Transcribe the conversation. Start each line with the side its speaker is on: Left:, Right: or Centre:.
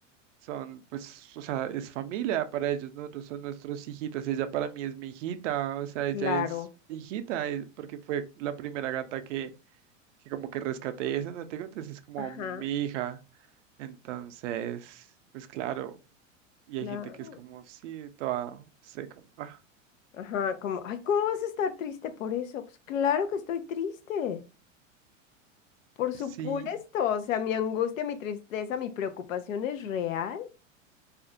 Right: son pues, o sea, es familia para ellos, nosotros son nuestros hijitos, ella para mí es mi hijita, o sea, ella
Left: Claro,
Right: es mi hijita, eh, porque fue la primera gata que, que como que rescaté, esa no te digo, entonces es como
Left: ajá,
Right: mi hija. Entonces, pues claro, y hay
Left: claro,
Right: gente que es como, sí, toda, no sé, como, ah,
Left: ajá, como, ay, ¿cómo vas a estar triste por eso? Pues claro que estoy triste, por supuesto,
Right: sí,
Left: o sea, mi angustia, mi tristeza, mi preocupación es real.